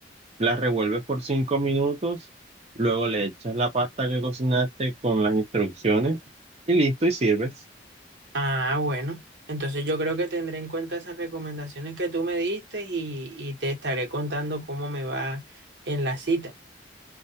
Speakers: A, on the right; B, on the right.
A: la revuelves por 5 minutos, luego le echas la pasta que cocinaste con las instrucciones y listo y sirves.
B: Ah, bueno. Entonces yo creo que tendré en cuenta esas recomendaciones que tú me diste y, y te estaré contando cómo me va en la cita.